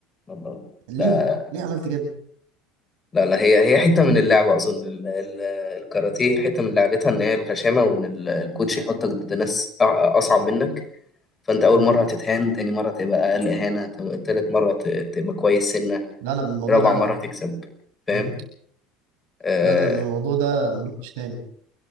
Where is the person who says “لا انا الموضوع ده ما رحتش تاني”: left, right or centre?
Right